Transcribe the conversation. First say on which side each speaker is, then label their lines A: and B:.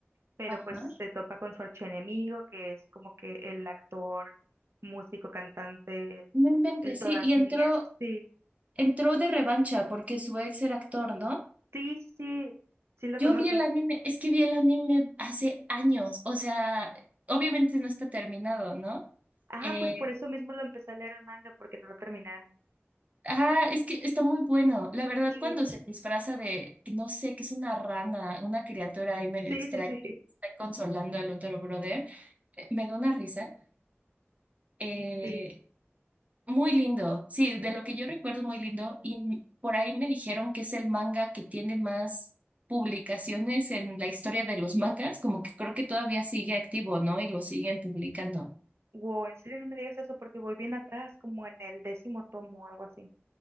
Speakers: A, on the right; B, on the right.
A: pero
B: Ajá.
A: pues se topa con su archienemigo, que es como que el actor, músico, cantante, el,
B: No inventes,
A: el todas
B: sí. Y entró,
A: mías. Sí,
B: entró de revancha porque su ex era actor, ¿no?
A: sí, sí, sí lo
B: Yo
A: conoces.
B: vi el anime, es que vi el anime hace años, o sea, obviamente no está terminado, ¿no?
A: Ah,
B: Eh,
A: pues por eso mismo lo empecé a leer el manga, porque no lo terminaron.
B: ah, es que está muy bueno. La verdad,
A: Sí,
B: cuando se disfraza de, no sé, que es una rana, una criatura ahí medio
A: sí,
B: extraña,
A: sí, sí,
B: está consolando al otro brother, eh, me da una risa. eh,
A: <laughs> sí.
B: Muy lindo, sí, de lo que yo recuerdo muy lindo y m- por ahí me dijeron que es el manga que tiene más publicaciones en la historia de los mangas, como que creo que todavía sigue activo, ¿no? Y lo siguen publicando.
A: Wow, en serio no me digas eso porque voy bien atrás, como en el décimo tomo o algo así.